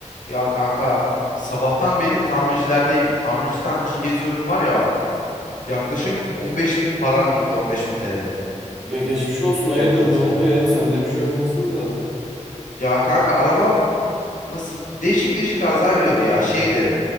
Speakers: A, on the left (about 90°); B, in the centre.
A: Ya kanka sabahtan beri tamircilerdeyim. Tamirci tamirci geziyorum var ya yaklaşık 15 bin param gitti 15 bin TL.
B: Ya geçmiş olsun
A: Türkiye
B: hayırdır
A: parasıyla.
B: ne oldu ya? Sende bir şey olmasın da.
A: Ya kanka araba nasıl değişik değişik arıza veriyordu ya şeydi